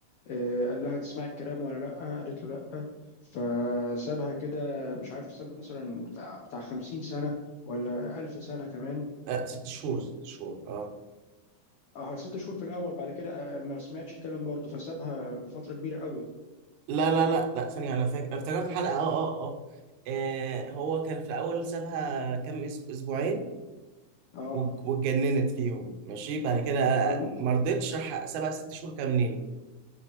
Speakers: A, on the left; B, on the right.
A: آه، قال لها تسمعي الكلام ولا لأ قالت له لأ فسابها كده مش عارف ساب مثلا بتاع بتاع 50 سنة ولا 1000 سنة كمان
B: ست شهور ست شهور اه
A: اه ست شهور في الأول بعد كده آه، ما سمعتش الكلام برضه فسابها فترة كبيرة قوي
B: لا لا لا لا ثانية أنا فاكر أنا افتكرت الحلقة أه أه أه آه، هو كان في الأول سابها كام أس- أسبوعين
A: اه
B: وات- واتجننت فيهم ماشي بعد كده
A: بالظبط
B: ما رضتش راح سابها ست شهور كاملين